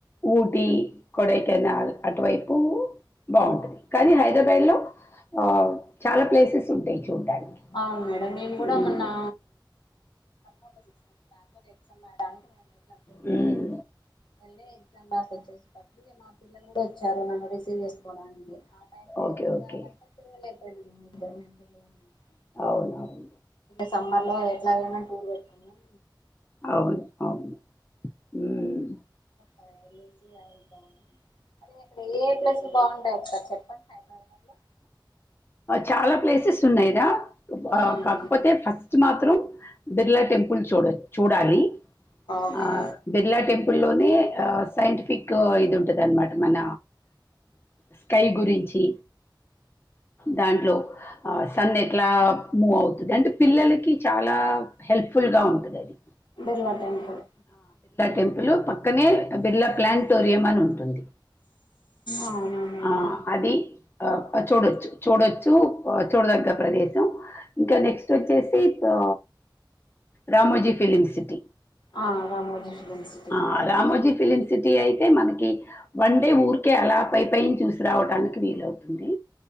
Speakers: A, on the left (about 30°); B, on the left (about 70°).
A: ఊటి కొడై కెనాల్ అటువైపు బాగుంటది కానీ హైదరాబాద్లో ఆ చాలా ప్లేసెస్ ఉంటాయి చూడ్డానికి.
B: అవును మేడం మేము గూడా
A: హ్మ్.
B: మొన్నా ఒక సిక్స్ మంత్స్ బ్యాక్ అదే ఎక్సామ్ రాయడానికి నిన్ వెల్న
A: హ్మ్.
B: మల్లే ఎక్సామ్స్ రాసొచేసి పత్రి ఇగ మా పిల్లలు గూడా ఓచ్చారు మమ్మ సీరియస్ కోడానికి ఆటైలో
A: ఓకే.
B: ఇగ తిరగాలంటే
A: ఓకే.
B: తిరువోయినం <unintelligible>
A: అవునవును
B: సమ్మర్ లో ఎట్లాగానాన్న టూర్ వేటుకున్నాం <inaudible>
A: అవును అవును హ్మ్
B: అ ఏలేసి అయిదని అరే ఆక్కడ ఏ యే ప్లేసులు బాగుంటాయి ఒకసారి చెప్పండి హైదరాబాద్ లో
A: చాలా ప్లేసెస్ ఉన్నాయిడ గా
B: మ్మ్
A: కాకపోతే ఫస్ట్ మాత్రం బిర్లా టెంపుల్ చూడో చూడాలి
B: ఓకే
A: ఆ బిర్లా టెంపుల్ లోనే ఆ సైంటిఫిక్కు ఇదుంటది అనమాట మన స్కై గురించి దాంట్లో ఆ సన్ ఎట్లా మూవ్ అవుతది అంటే పిల్లలకి చాలా హె హెప్ఫుల్గా ఉంటదది.
B: బిర్ల టెంపుల్
A: టెంపుల్ పక్కనే బిర్లా ప్లానిటోరియం అని ఉంటుంది
B: అవునా మేడం
A: ఆ అది చూడొచ్చు చూడొచ్చు చూడదగ్గ ప్రదేశం ఇంకా నెక్స్ట్ వచ్చేసి రా రామోజీ ఫిలిమ్ సిటీ
B: ఆ రామోజి ఫిల్మ్సిటీ
A: ఆ రామోజీ ఫిలిం సిటీ అయితే మనకి వన్ డే ఊరికే అలా పై పైన చూసి రావటానికి వీలవుతుంది